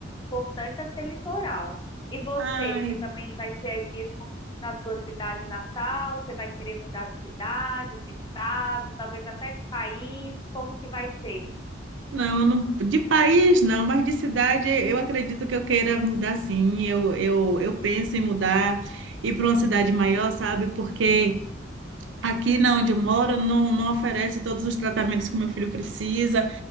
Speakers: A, on the left; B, on the right.
A: importante é ser litoral. E você,
B: Ai,
A: você também vai ser aí mesmo na sua cidade natal? Você vai querer mudar de cidade, de estado, talvez até de país? Como que vai ser?
B: não, não- de país não, mas de cidade eu acredito que eu queira mudar sim. Eu, eu, eu penso em mudar, ir para uma cidade maior, sabe? Porque Aqui na onde eu moro não, não oferece todos os tratamentos que meu filho precisa,